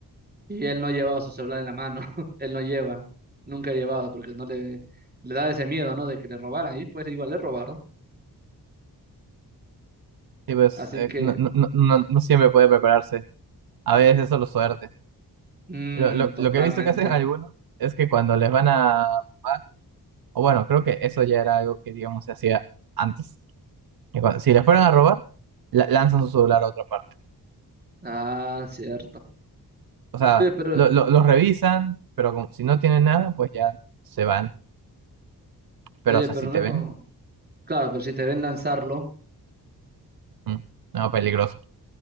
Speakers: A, on the right; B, on the right.
A: Y él no llevaba su celular en la mano, <laughs> él no lleva, nunca ha llevado, porque no le, le da ese miedo, ¿no? De que le robaran, y pues igual le robaron.
B: Sí, pues,
A: Así
B: eh,
A: que
B: no, no, no, no- no siempre puede prepararse. A veces es solo suerte.
A: Mm,
B: Lo, lo,
A: totalmente.
B: lo que he visto que hacen algunos es que cuando les van a robar, o bueno, creo que eso ya era algo que, digamos, se hacía antes. Que cuando- si les fueran a robar, la- lanzan su celular a otra parte.
A: Ah, cierto.
B: O sea,
A: Oye, pero,
B: lo, lo, lo revisan, pero como- si no tienen nada, pues ya se van. Pero,
A: oye,
B: o sea,
A: pero
B: si
A: no
B: te
A: es
B: ven,
A: como. Claro, pero si te ven lanzarlo,
B: mm, no, peligroso.